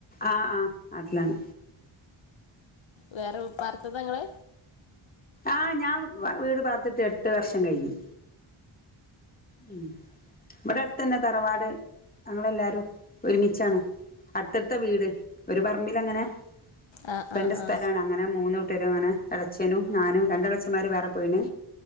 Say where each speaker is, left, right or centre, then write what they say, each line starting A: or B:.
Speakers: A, on the left (about 15°); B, on the left (about 65°).
A: ആഹ് ആഹ് നാട്ടിലാണ്.
B: വേറെ പാർത്തതാ നിങ്ങള്.
A: ആഹ് ഞാൻ വീട് പാർത്തിട്ട് എട്ട് വർഷം കഴിഞ്ഞു. ഉം ഇവിടെ അടുത്ത് തന്നെ തറവാട് ഞങ്ങളെല്ലാരും ഒരുമിച്ചാണ്. അടുത്തടുത്ത വീട് ഒരു പറമ്പില് അങ്ങനെ.
B: ആ
A: ഇപ്പേന്റെ
B: ആ
A: സ്ഥലമാണ്
B: ആ
A: അങ്ങനെ മൂന്ന് കുട്ടരും ഏളച്ചേനും. ഞാനും രണ്ട് എളച്ചന്മാര് വേറെ പോയിന്